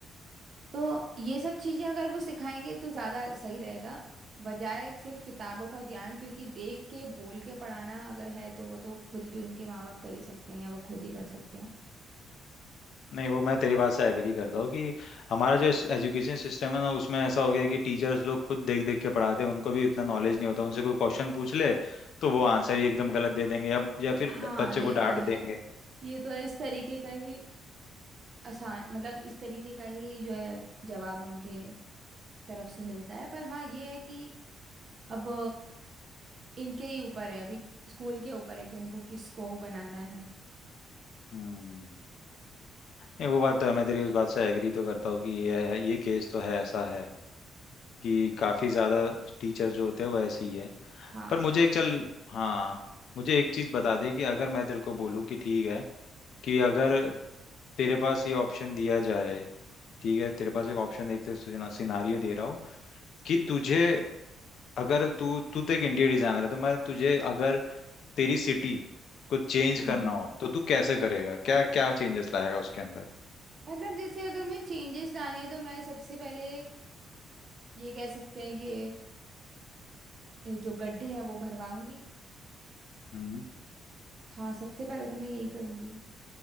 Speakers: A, on the right; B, on the left.
A: तो ये सब चीजें अगर वो सिखाएंगे तो ज्यादा सही रहेगा बजाय सिर्फ किताबों का ज्ञान क्योंकि देख के बोल के पढ़ाना अगर है तो वो तो खुद भी उनके माँ बाप कर ही सकते हैं या वो खुद ही कर सकते हैं
B: नहीं वो मैं तेरी बात से एग्री करता हूँ कि हमारा जो एजुकेशन सिस्टम है ना उसमें ऐसा हो गया कि टीचर्स लोग खुद देख देख के पढ़ाते हैं उनको भी इतना नॉलेज नहीं होता उनसे कोई क्वेश्चन पूछ ले तो वो आंसर ही एकदम गलत दे देंगे या या फिर
A: हाँ
B: ड- बच्चे
A: ये
B: को
A: तो
B: डांट
A: है
B: देंगे
A: ये तो है इस तरीके का ही आसान मतलब इस तरीके का ही जो है जवाब उनके तरफ से मिलता है पर हाँ ये है कि अब इनके ही ऊपर है अभी स्कूल के ऊपर है कि उनको किसको बनाना है
B: हम्म नहीं वो बात तो है मैं तेरी उस बात से एग्री तो करता हूँ कि ये ये केस तो है ऐसा है कि काफ़ी ज़्यादा टीचर जो होते हैं वो ऐसे ही है
A: हाँ
B: पर मुझे एक चल हाँ मुझे एक चीज़ बता दे कि अगर मैं तेरे को बोलूँ कि ठीक है कि अगर तेरे पास ये ऑप्शन दिया जाए ठीक है तेरे पास एक ऑप्शन देखते सिनारियो दे रहा हूँ कि तुझे अगर तू तू तो एक इंटीरियर डिजाइनर है तो मैं तुझे अगर तेरी सिटी को चेंज
A: हाँ
B: करना हो तो तू कैसे करेगा क्या क्या चेंजेस लाएगा उसके अंदर
A: मतलब जैसे अगर मैं चेंजेस लाने हैं, तो मैं सबसे पहले ये कह सकते हैं कि ये जो गड्ढे हैं वो भरवाऊंगी
B: हम्म
A: हाँ सबसे पहले तो मैं यही करूंगी